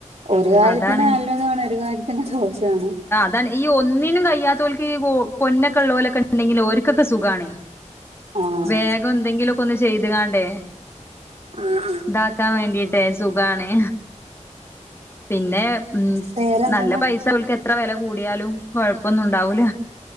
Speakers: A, on the right; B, on the left.
A: ഒര്
B: ഉം
A: കാര്യത്തിന്
B: അതാണ്
A: നല്ലതും ആണ്, ഒര് കാര്യത്തിന് ദോഷോം ആണ്.
B: അതാണെ ഈ ഒന്നിനും കഴിയാത്തോൽക്കീ പൊന്നൊക്കെള്ളോലൊക്കെണ്ടെങ്കില് ഓര്ക്കൊക്കെ സുഖാണെ.
A: ആഹ്
B: വേഗം എന്തെങ്കിലൊക്കെ ഒന്ന് ചെയ്ത്ങ്ങാണ്ടെ
A: ആഹ് ആഹ്
B: ഇതാക്കാൻ വേണ്ടീട്ടേ സുഖാണ്. പിന്നെ ഉം
A: വേറെന്തെന്നാ
B: നല്ല പൈസ ഓൽക്ക് എത്ര വെല കൂട്യാലും കൊഴപ്പൊന്നുണ്ടാവൂല.